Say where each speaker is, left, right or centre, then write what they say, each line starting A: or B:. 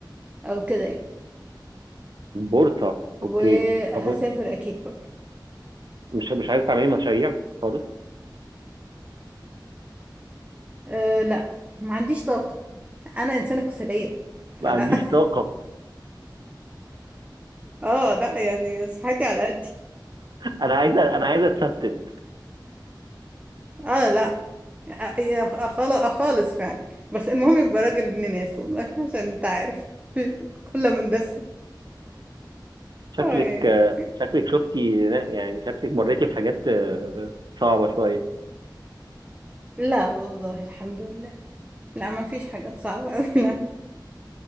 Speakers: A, on the right (about 15°); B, on the right (about 65°).
A: او كده يعني
B: بورصه
A: وهسافر
B: اوكي طب
A: اكيد برضه
B: مش مش عايزه تعملي مشاريع خالص
A: أه لا ما عنديش طاقة انا انسانة كسلية فلا
B: ما عنديش
A: <laughs>
B: طاقه
A: اه لا يعني صحتي على قدي
B: <laughs> انا عايزه انا عايزه اتستت
A: اه لا ع- يا خالص خالص فعلا بس المهم يبقى راجل ابن ناس والله عشان انت عارف <laughs> كلها مندسة
B: شكلك
A: اه يعني
B: شكلك شفتي يعني شكلك مريتي بحاجات آه، صعبة شوية
A: لا والله الحمد لله لا ما فيش حاجات صعبة أوي <laughs> لا